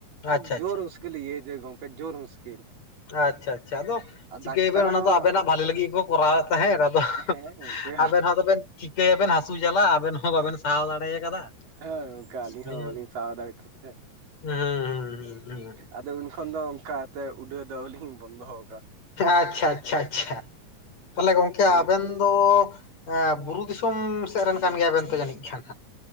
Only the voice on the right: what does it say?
ᱟᱨ
ᱡᱳᱨ
ᱢᱩᱥᱠᱤᱞ ᱤᱭᱟᱹᱭ ᱫᱟᱭ ᱜᱚᱝᱠᱮ ᱡᱳᱨ ᱢᱩᱥᱠᱤᱞ᱾
ᱟᱨ
ᱰᱟᱠᱛᱟᱨ
ᱦᱚᱸ
ᱦᱮᱸ ᱜᱚᱝᱠᱮ
ᱦᱮᱸ ᱜᱚᱝᱠᱮ ᱟᱞᱤᱧ
ᱦᱚᱸ ᱵᱟᱞᱤᱧ ᱥᱟᱦᱟᱣ ᱫᱟᱲᱮᱭᱟᱜ ᱠᱟᱱ ᱠᱷᱟᱡ᱾
ᱟᱫᱚ ᱩᱱ ᱠᱷᱚᱱ ᱫᱚ ᱚᱱᱠᱟ ᱛᱮ ᱩᱰᱟᱹᱣ ᱫᱚᱞᱤᱧ ᱵᱚᱱᱫᱚᱣ ᱠᱟᱜ-ᱟ᱾
ᱫᱚᱨ